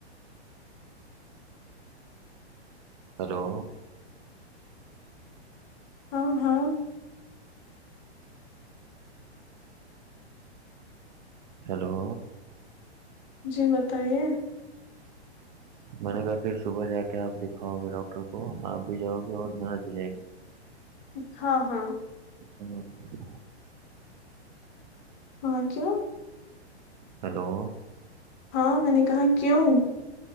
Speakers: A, on the right; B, on the left.
A: ہیلو
B: ہاں ہاں
A: ہیلو
B: جی بتائیے
A: میں نے کہا پھر صبح جا کے آپ دکھاؤ گے ڈاکٹر کو آپ بھی جاؤ گے اور ننند بھی جائے گے
B: ہاں ہاں
A: <unintelligible>
B: ہاں کیا
A: ہیلو
B: ہاں میں نے کہا کیوں